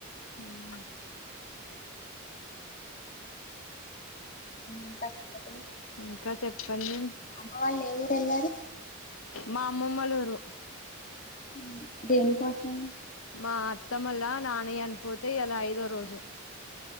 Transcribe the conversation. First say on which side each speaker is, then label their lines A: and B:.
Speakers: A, on the left; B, on the left.
A: ఉమ్
B: ఇంకా సంగతులు
A: ఇంకా చెప్పండి
B: అమ్మ వాళ్ళు ఏ ఊరు వెళ్ళారు
A: మా అమ్మమ్మోల్ల ఊరు
B: ఉమ్ దేనికోసం
A: మా అత్తమోల్లా నాన్న చనిపోతే ఇయాల ఐదోరోజు